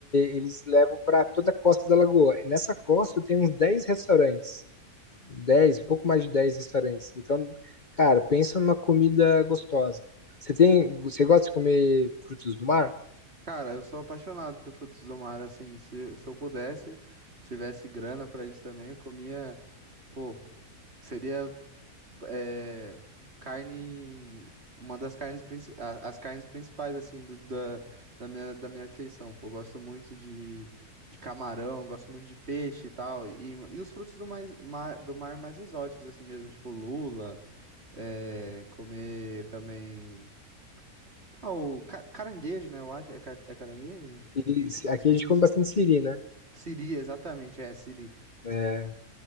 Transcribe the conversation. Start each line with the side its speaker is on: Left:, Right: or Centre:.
Left: eles levam para toda a costa da lagoa. E nessa costa tem uns 10 restaurantes. 10, pouco mais de 10 restaurantes. Então, cara, pensa numa comida gostosa. Você tem, você gosta de comer frutos do mar?
Right: Cara, eu sou apaixonado por frutos do mar, assim, se, se eu pudesse, tivesse grana pra isso também, eu comia, pô, seria é, carne, uma das carnes, princi- a- as carnes principais, assim, do- da, da minha, da minha refeição. Pô, eu gosto muito de, de camarão, gosto muito de peixe e tal. E, e os frutos do, mais, ma- do mar mais exóticos, assim mesmo, tipo lula, é, comer também. Ah, o ca- caranguejo, né? Eu acho. É, ca- é caranguejo?
Left: E
Right: Que,
Left: se- aqui
Right: isso.
Left: a gente come bastante siri, né?
Right: Siri, exatamente, é, siri.
Left: É,